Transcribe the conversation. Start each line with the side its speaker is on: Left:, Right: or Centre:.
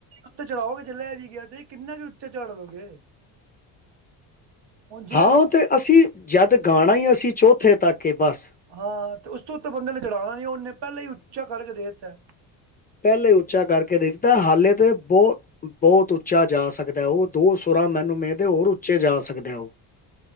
Right: ਉੱਤੇ ਚੜਾਓ ਗੇ ਜੇ ਲੈ ਵੀ ਗਿਆ ਤੇ ਕਿੰਨਾ ਵੀ ਉੱਚਾ ਚਾੜ ਲੋ ਗੇ। ਜਿਵੇਂ
Left: ਹਾਂ
Right: ਤੁਸੀਂ
Left: ਓ ਤੇ ਅਸੀਂ ਜਦ ਗਾਣਾ ਈ ਅਸੀਂ ਚੌਥੇ ਤੱਕ ਕਿ ਬਸ
Right: ਹਾਂ ਤੇ ਉਸ ਤੋਂ ਤੇ ਬੰਦੇ ਨੇ ਚੜਾਣਾ ਨੀ ਉਹਨੇ ਪੈਲਾਂ ਈ ਉੱਚਾ ਕਰਕੇ ਦੇ ਤਾ।
Left: ਪੈਲੇ ਉੱਚਾ ਕਰਕੇ ਦੇ ਤਾ ਹਾਲੇ ਤੇ ਬੋ ਬੋਤ ਉੱਚਾ ਜਾ ਸਕਦਾ ਓ ਦੋ ਸੁਰਾਂ ਮੈਨੂੰ ਉਮੇਦ ਹੋਰ ਉੱਚੇ ਜਾ ਸਕਦੇ ਓ।